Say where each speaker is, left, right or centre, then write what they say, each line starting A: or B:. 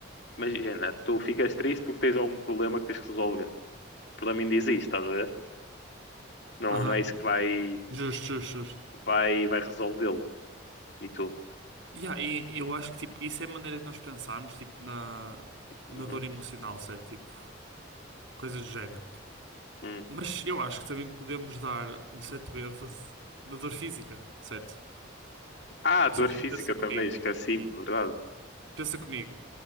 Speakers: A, on the left; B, on the right.
A: imagina, tu ficas triste porque tens algum problema que tens que resolver. O problema ainda existe, estás a ver? Não,
B: Aham.
A: não é isso que vai,
B: Justo, justo, justo.
A: vai, vai resolvê-lo. E tu?
B: Yeah, e eu acho que, tipo, isso é a maneira que nós pensarmos, tipo, na, na
A: Uhum,
B: dor emocional, certo? Tipo, coisas do género.
A: uhum,
B: Mas eu acho que também podemos dar um certo ênfase na dor física, certo?
A: Ah, dor
B: Ou seja,
A: física
B: pensa
A: também,
B: comigo,
A: esqueci-me, verdade.
B: pensa comigo,